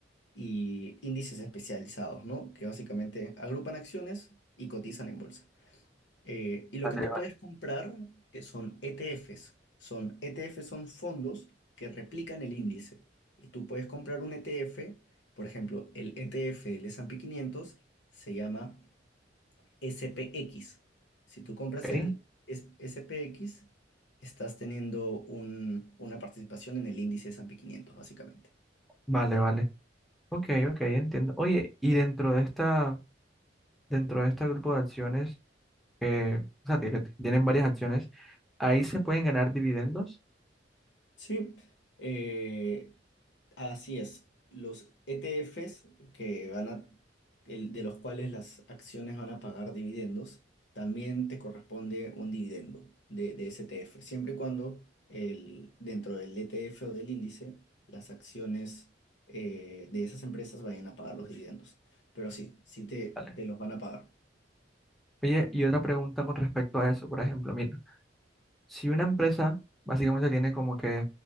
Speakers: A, on the left; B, in the centre.
A: y índices especializados, ¿no? Que básicamente agrupan acciones y cotizan en bolsa. Eh, y lo
B: vale,
A: que tú
B: vale,
A: puedes comprar eh, son ETFs. Son ETFs son fondos que replican el índice. Y tú puedes comprar un ETF, por ejemplo, el ETF del S&P 500 se llama SPX. Si tú compras
B: ok,
A: el es- SPX, estás teniendo un- una participación en el índice S&P 500, básicamente.
B: vale, vale. Ok, ok, entiendo. Oye, y dentro de esta, dentro de este grupo de acciones, que, o sea, que, que tienen varias acciones, ¿ahí se pueden ganar dividendos?
A: Sí, eh, así es. Los ETFs que van a, el- de los cuales las acciones van a pagar dividendos, también te corresponde un dividendo de, de ese ETF, siempre y cuando el, dentro del ETF o del índice, las acciones eh, de esas empresas vayan a pagar los dividendos. Pero sí, sí te,
B: Vale.
A: te los van a pagar.
B: Oye, y otra pregunta con respecto a eso, por ejemplo, mira, si una empresa básicamente tiene como que